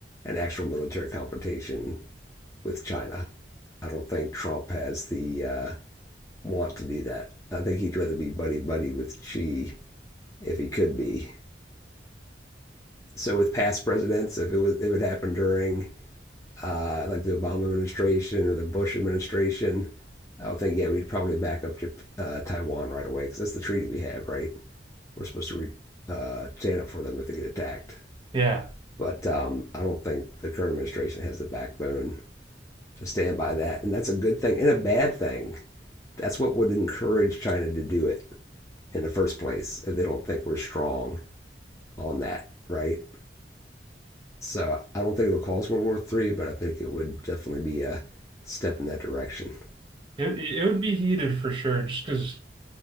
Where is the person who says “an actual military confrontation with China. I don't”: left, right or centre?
Left